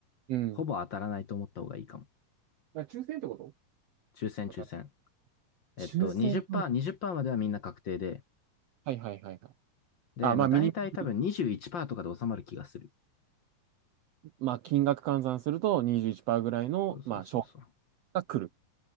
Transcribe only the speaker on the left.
ほぼ当たらないと思った方がいいかも。
抽選抽選。
えっと、
20%、20%まではみんな確定で、
で、
まあ大体多分21%
とかで収まる気がする。
そうそうそうそう。